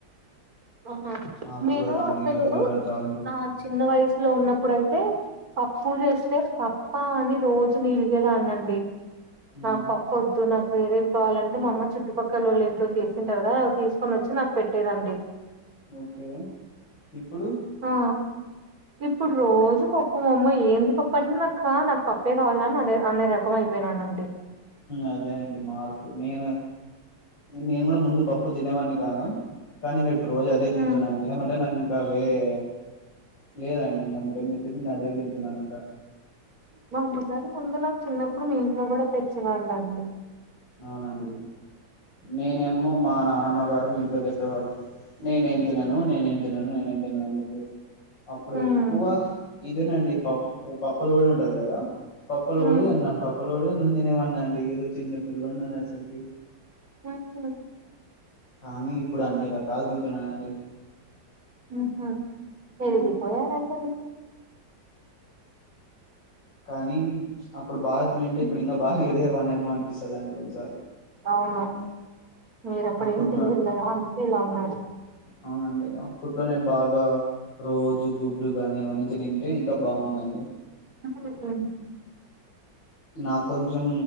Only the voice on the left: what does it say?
ఆకుకూర
గాని
ఉర్లగడ్డ తాలింపు
మ్మ్.
ఓకే ఇప్పుడు
అదే అంటడి మార్పు నేను నేను కూడా ముందు పప్పు తినేవాడిని కాను కానీ ఇంగా రోజు అదే తింటున్నాండి
ఏమంటే నాకు ఇంకా వేరే లేదండి ఇంక అందుకని చెప్పి ఇంగ అదే తింటున్నాను ఇంకా
అవునండి నేనేమో మా నానమ్మ గారు మీ ఇంట్లో చెప్పేవాళ్ళు నేనేం తినను నేనేం తినను నేనేం తినను అని చెప్పేసి అప్పుడే
ఎక్కువ ఇదేనండి పప్పు పప్పల పొడి ఉంటది కదా పప్పల పొడి
అన్నాం పప్పల పొడి అన్నాం నేనవన్నా అండి ఏదో చిన్న పిల్లోడ్ని అనేసరికి
కానీ ఇప్పుడు అన్ని రకాలు తింటున్నానండి
ఉమ్
కానీ అప్పుడు బాగా తినంటే
ఇప్పుడు ఇంకా బాగా వన్ ఏమో కొన్నిసార్లు
అప్పట్లో
అవునండి అప్పట్లో నేను బాగా రోజు గుడ్డు గాని అవన్నీ తినే వన్నీ అంటే ఇంకా బాగుందండి
నాకు కొంచెం